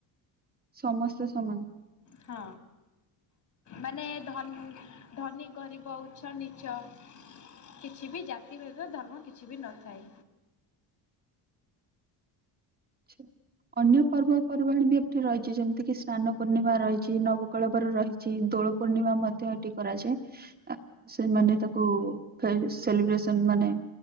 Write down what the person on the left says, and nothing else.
ହଁ! ମାନେ ଧନ ଧନୀ ଗରିବ ଉଚ ନିଚ କିଛି ବି ଜାତି ଭେଦ ଧର୍ମ କିଚି ବି ନଥାଏ!